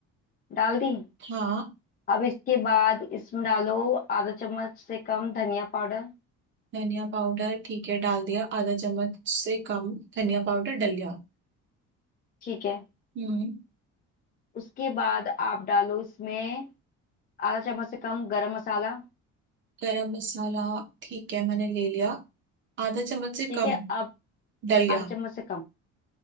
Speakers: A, on the left (about 30°); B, on the right (about 35°).
A: डाल दी
B: हाँ
A: अब इसके बाद इसमें डालो आधा चम्मच से कम धनिया पाउडर
B: धनिया पाउडर ठीक है डाल दिया आधा चम्मच से कम धनिया पाउडर डल गया
A: ठीक है
B: हम्म
A: उसके बाद आप डालो इसमें आधा चम्मच से कम गरम मसाला
B: गरम मसाला ठीक है मैंने ले लिया आधा चम्मच से
A: ठीक
B: कम
A: है अब
B: डल गया
A: आधा चम्मच से कम